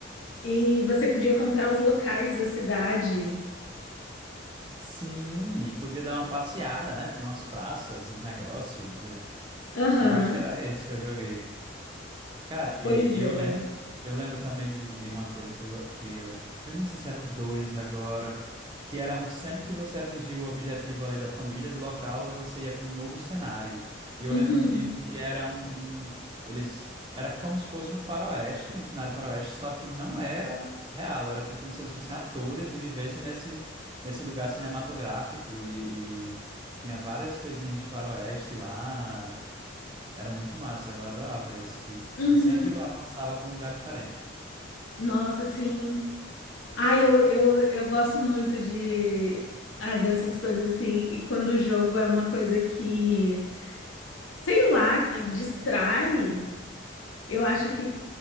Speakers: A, on the left (about 80°); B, on the right (about 25°).
A: E você podia comprar os locais da cidade.
B: Sim, e podia dar uma passeada, né? Tinha umas praças, uns negócios. e
A: Aham,
B: Eu acho que era esse que eu joguei. Cara, e,
A: Pois
B: e
A: é.
B: eu lembro, eu lembro também de, de uma coisa que eu, go- que eu, eu não sei se era o dois agora, que era um, sempre que você atingiu o objetivo ali da família, do local, você ia para um novo cenário. E eu
A: Uhum.
B: lembro que um que era um, um- eles era como se fosse um faroeste, um cenário faroeste, só que não era real, era tipo como se eles fossem atores e vivessem nesse nesse lugar cinematográfico e, e tinha várias coisinhas de faroeste lá. Era muito massa, eu adorava esse que
A: Uhum.
B: e sempre avançava para um lugar diferente.
A: Nossa, sim. Ai, eu, eu, eu gosto muito de ah, dessas coisas assim. E quando o jogo é uma coisa que, sei lá, que distrai, eu acho que